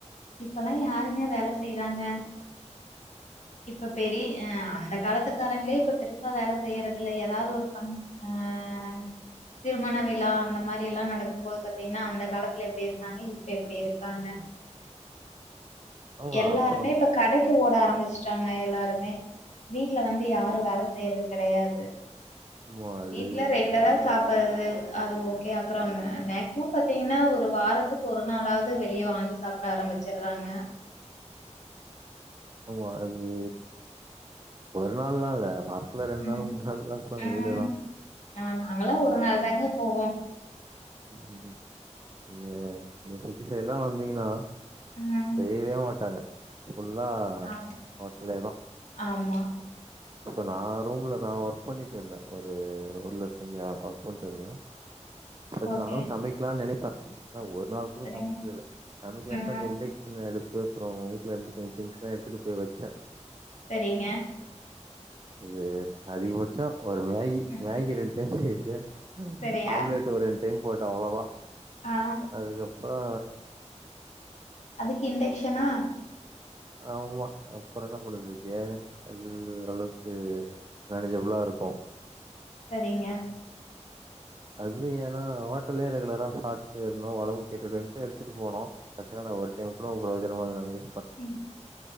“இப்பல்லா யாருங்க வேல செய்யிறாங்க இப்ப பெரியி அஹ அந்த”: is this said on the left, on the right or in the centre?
Left